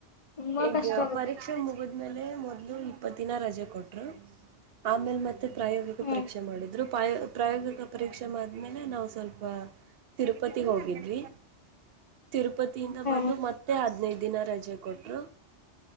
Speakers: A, on the left (about 40°); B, on the right (about 60°).
A: ತುಂಬಾ
B: ಈಗ
A: ಕಷ್ಟ ಆಗುತ್ತೆ
B: ಪರೀಕ್ಷೆ ಮುಗದ ಮೇಲೆ ಮೊದ ಇಪ್ಪತ್ತಿನ ರಜೆ ಕೊಟ್ರು ಆಮೇಲ್ ಮತ್ತ ತ್ತ ಪ್ರಾಯೋಗಿಕ
A: ಹ್ಮ್
B: ಪರೀಕ್ಷೆ ಮಾಡಿದ್ರು ಪ್ರ ಪ್ರಾಯೋಗಿಕ ಪರೀಕ್ಷೆ ಮಾಡ್ಮೇಲೆ ನಾವು ಸ್ವಲ್ಪ ತಿರುಪತಿಗೆ ಹೋಗಿದ್ವಿ. ತಿರುಪತಿಯಿಂದ
A: ಹ್ಮ್
B: ಬಂದು ಮತ್ತೆ ಹದ್ನೈದ ದಿನ ರಜೆ ಕೊಟ್ರು